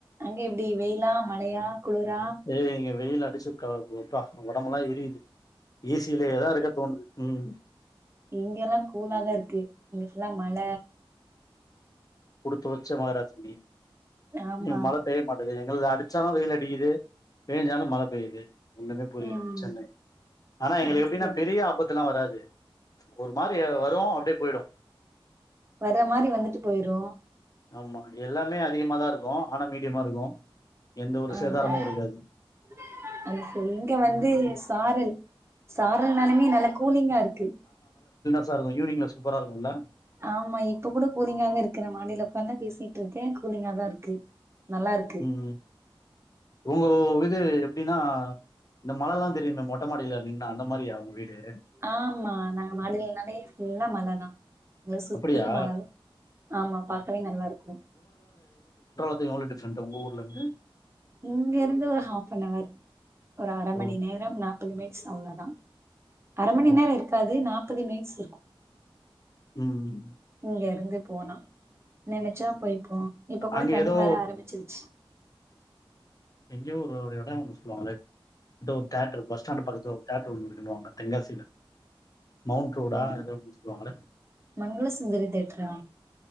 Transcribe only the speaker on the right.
அங்க எப்டி வெயிலா மழையா குளுரா
இங்க எல்லா கூலாதா இருக்கு இங்குட்டுல மழ
ஆமா
ம்
அது
சரி
வர மாரி வந்துட்டு போயிரு
அ
<inaudible> அது செரி இங்க வந்து சாரல் சாரல் நலமே நல கூலிங்கா இருக்கு
ஆமா இப்ப கூட கூலிங்கா தா இருக்கு நா மாடில உக்காந் தா பேசிட்டுருக்கே கூலிங்கா தா இருக்கு நல்லா இருக்கு
ஆமா நா <unintelligible> நனைய ஃபுல்லா மழ தா இங்க சுத்தி
மல தா ஆமா பாக்கவே நல்லாருக்கு
இங்க இருந்து ஒரு ஆஃபனவர் ஒரு அர
மணி நேரம் நாப்பது <unintelligible> ட்ஸ் அவ்ளதா அர மணி
நேரோ இருக்காது நா ப்பது மினிட்ஸ் இருக்கு
இங்க இருந்து போனா நெனச்சா போயப்போ இப்ப கூட
தண்ணி
வர ஆரம்பிச்சிருச்சு
ம்
மங்கள சுந்தரி தேட்ரா